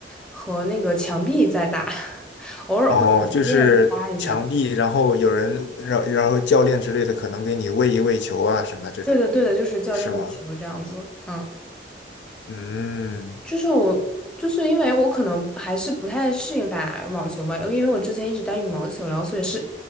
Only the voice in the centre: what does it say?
和那个墙壁在打，<laughs> 偶尔会和教练对搭一下。
对的，对的，就是教练为球这样子，
嗯。
就是我，就是因为我可能还是不太适应打网球吧，因为我之前一直打羽毛球，然后所以是，